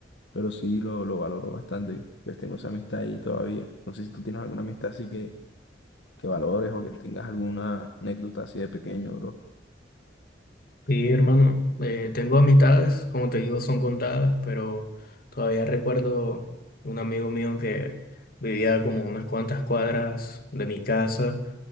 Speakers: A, on the left; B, on the left.
A: pero sí lo, lo valoro bastante, pues tengo esa amistad ahí todavía. No sé si tú tienes alguna amistad así que, que valores o que tengas alguna anécdota así de pequeño, bro.
B: Sí, hermano, eh, tengo amistades, como te digo, son contadas, pero todavía recuerdo un amigo mío que vivía como unas cuantas cuadras de mi casa.